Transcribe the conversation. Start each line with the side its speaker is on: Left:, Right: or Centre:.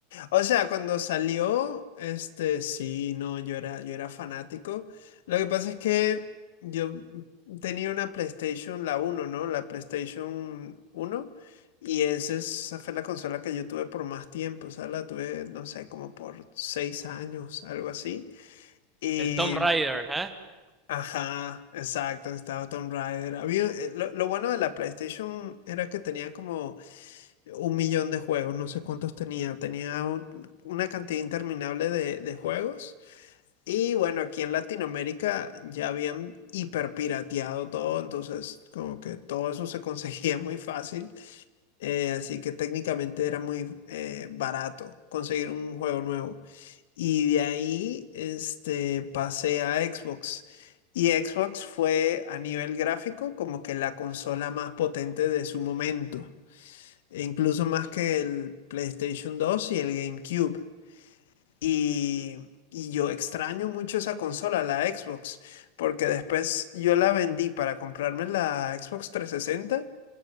Left: O sea, cuando salió, este, sí, no, yo era, yo era fanático. Lo que pasa es que yo tenía una PlayStation, la uno, ¿no? La PlayStation uno Y esa, es- esa fue la consola que yo tuve por más tiempo. O sea, la tuve, no sé, como por seis años, algo así. Y,
Centre: El Tomb Raider, ¿eh?
Left: ajá, exacto, estaba Tomb Raider. Había, eh, lo, lo bueno de la PlayStation era que tenía como un millón de juegos, no sé cuántos tenía, tenía un- una cantidad interminable de, de juegos. Y bueno, aquí en Latinoamérica ya habían hiperpirateado todo, entonces como que todo eso se conseguía <laughs> muy fácil, eh, así que técnicamente era muy eh, barato conseguir un juego nuevo. Y de ahí este, pasé a Xbox. Y Xbox fue a nivel gráfico como que la consola más potente de su momento e incluso más que el PlayStation 2 y el GameCube. Y, y yo extraño mucho esa consola, la Xbox, porque después yo la vendí para comprarme la Xbox 360